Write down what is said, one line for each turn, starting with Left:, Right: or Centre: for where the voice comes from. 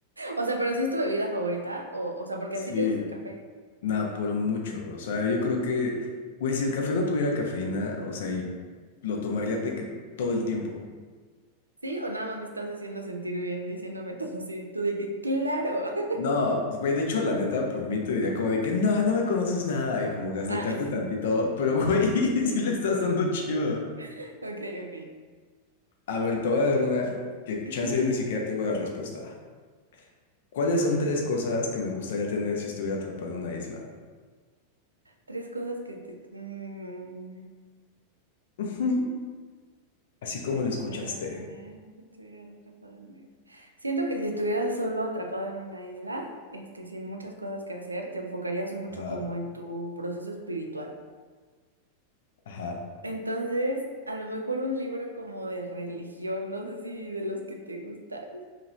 Right: O sea, pero si es tu bebida favorita, o, o sea, porque
Left: Sí,
Right: así te gusta el café.
Left: nada, por mucho. O sea, yo creo que, güey, si el café no tuviera cafeína, o sea, y lo tomaría de que todo el tiempo.
Right: ¿Sí? ¿O nada más me estás haciendo sentir bien diciéndome <laughs> todo así? Tú de que, claro. <laughs>
Left: No, güey, de hecho, la neta, por mí te diría como de que no, no me conoces nada y como gaslightarte
Right: Ah,
Left: tantito, pero güey, <laughs> sí le estás dando chido.
Right: <laughs> ok, ok.
Left: A ver, te voy a dar una que chance
Right: <clears throat>
Left: yo ni siquiera tengo la respuesta. ¿Cuáles son tres cosas que me gustaría tener si estuviera atrapado en una isla?
Right: Tres cosas que te, mm,
Left: Ujú. Así
Right: que
Left: como
Right: te
Left: lo
Right: gustaría
Left: escuchaste.
Right: tener si estuvieras atrapado en una isla. Siento que si estuvieras solo atrapado en una isla, este, sin muchas cosas que hacer, te enfocarías mucho
Left: Ajá,
Right: como en tu proceso espiritual.
Left: ajá,
Right: Entonces, a lo mejor un libro como de religión, no sé si de los que te gustan,